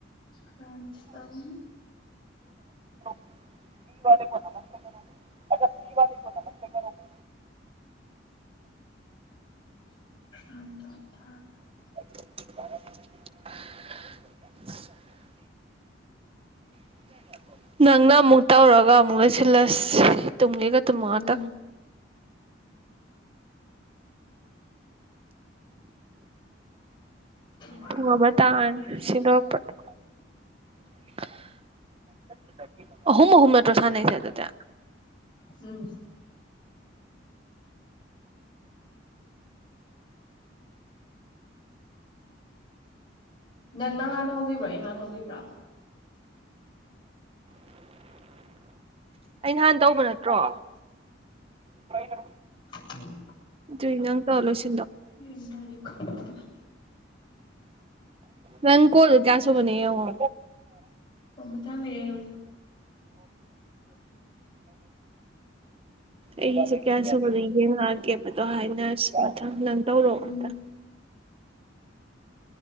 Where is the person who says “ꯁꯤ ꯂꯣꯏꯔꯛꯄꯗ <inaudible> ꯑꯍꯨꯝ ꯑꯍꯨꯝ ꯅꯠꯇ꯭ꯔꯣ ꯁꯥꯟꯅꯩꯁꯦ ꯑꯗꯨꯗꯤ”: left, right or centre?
Right